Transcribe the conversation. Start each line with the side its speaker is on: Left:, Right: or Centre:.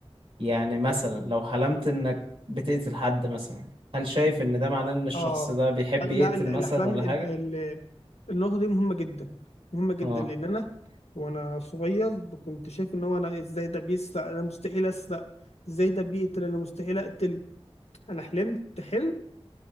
Right: يعني مثلا لو حلمت انك بتقتل حد مثلا هل شايف ان ده معناه ان الشخص
Left: اه
Right: ده بيحب
Left: لا
Right: يقتل
Left: ال-
Right: مثلا
Left: الاحلام
Right: ولا
Left: ال-
Right: حاجة
Left: ال- النقطه دي مهمه جدا مهمه جدا
Right: اه
Left: لان انا وانا صغير كنت شايف ان هو انا ازاي ده بيسرق انا مستحيل اسرق ازاي ده بيقتل انا مستحيل اقتل انا حلمت حلم